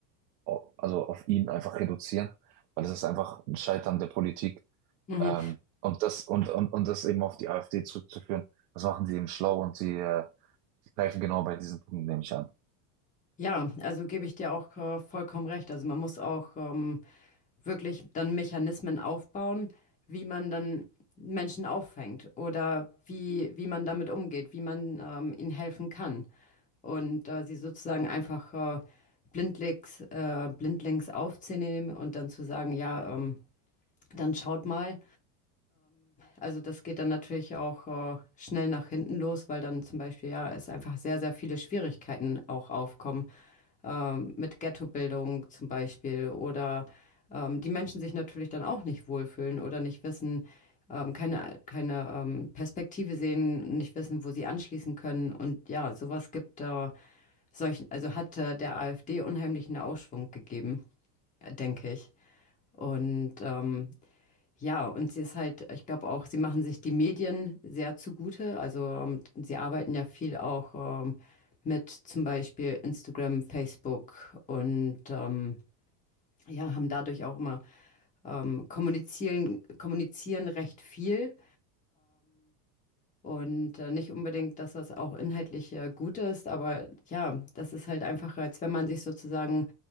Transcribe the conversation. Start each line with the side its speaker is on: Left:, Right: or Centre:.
Right: au- also auf ihn einfach reduzieren, weil es ist einfach ein Scheitern der Politik.
Left: mhm.
Right: Ähm, und das, und, und, und das eben auf die AfD zurückzuführen, das machen sie eben schlau und sie, äh, greifen genau bei diesen Punkten, nehme ich an.
Left: Ja, also gebe ich dir auch äh, vollkommen recht. Also man muss auch ähm, wirklich dann Mechanismen aufbauen, wie man dann Menschen auffängt oder wie, wie man damit umgeht, wie man ähm, ihnen helfen kann. Und äh, sie sozusagen einfach äh, blindlings, äh, blindlings aufzunehmen und dann zu sagen, ja, ähm, dann schaut mal, also das geht dann natürlich auch äh, schnell nach hinten los, weil dann zum Beispiel ja es einfach sehr, sehr viele Schwierigkeiten auch aufkommen ähm, mit Ghettobildung zum Beispiel oder ähm, die Menschen sich natürlich dann auch nicht wohlfühlen oder nicht wissen, ähm, keine, keine ähm, Perspektive sehen, nicht wissen, wo sie anschließen können. Und ja, sowas gibt äh, solch, also hat äh, der AfD unheimlichen Aufschwung gegeben, äh, denke ich. Und ähm, ja, und sie ist halt, ich glaube auch, sie machen sich die Medien sehr zugute. Also ähm, sie arbeiten ja viel auch ähm, mit zum Beispiel Instagram, Facebook und ähm, ja, haben dadurch auch immer ähm, kommunizieren, kommunizieren recht viel. Und äh, nicht unbedingt, dass das auch inhaltlich äh, gut ist, aber ja, das ist halt einfach, als wenn man sich sozusagen